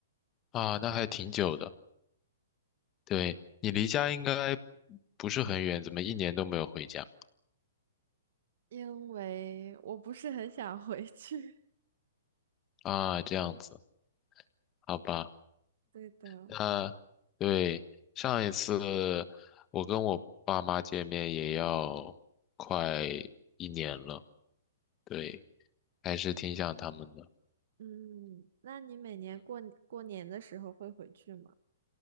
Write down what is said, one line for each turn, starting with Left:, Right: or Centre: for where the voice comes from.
Left: 啊，那还挺久的。对，你离家应该不是很远，怎么一年都没有回家？
Right: 因为我不是很想回去。
Left: 啊，这样子，好吧。
Right: <laughs> 对的。
Left: 那对，上一次我跟我爸妈见面也要快一年了，对，还是挺想他们的。
Right: 嗯，那你每年过过年的时候会回去吗？